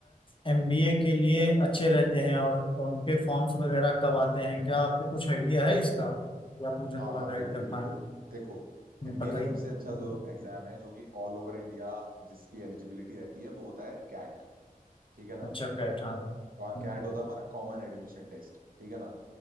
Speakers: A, on the left (about 35°); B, on the right (about 75°).
A: एमबीए के लिए अच्छे रहते हैं और, और उनके फॉर्म्स वगैरह कब आते हैं क्या आपको कुछ आइडिया है इसका कि आप मुझे
B: हाँ
A: थोड़ा
B: हाँ
A: गाइड
B: बिल्कुल
A: कर पाए
B: बिल्कुल देखो
A: हम्म,
B: एमबीए
A: बताइए
B: का सबसे अच्छा
A: हम्म,
B: जो एग्जाम है जो कि ऑल ओवर इंडिया जिसकी एलिजिबिलिटी रहती है वो होता है कैट ठीक है ना
A: अच्छा कैट हाँ
B: कैट
A: हम्म,
B: होता है हमारा कॉमन एडमिशन टेस्ट ठीक है ना